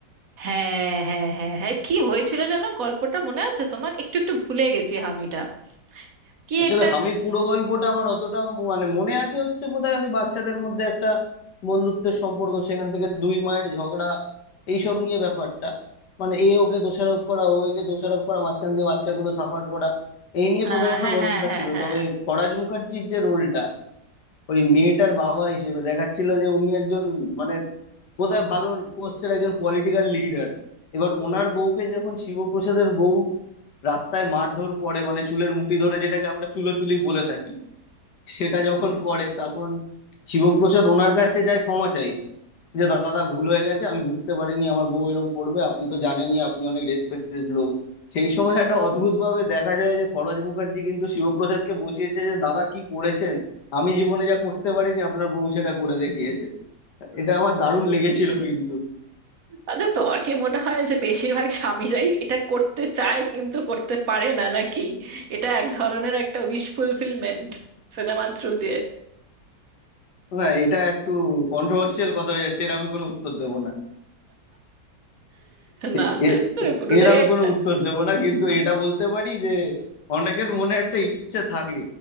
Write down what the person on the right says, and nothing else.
হ্যাঁ হ্যাঁ হ্যাঁ হ্যাঁ কি হয়েছিল যেন গল্পটা মনে আছে তোমার একটু একটু ভুলে গেছি হামিটা কি
একটা
হ্যাঁ
হ্যাঁ
হ্যাঁ হ্যাঁ
হ্যাঁ
আচ্ছা তোমার কি মনে হয় যে বেশিরভাগ স্বামীরাই এটা করতে চায় কিন্তু করতে পারে না নাকি এটা এক ধরনের একটা উইশ ফুলফিলমেন্ট সিনেমার থ্রু দিয়ে
না না পুরোটাই
একটা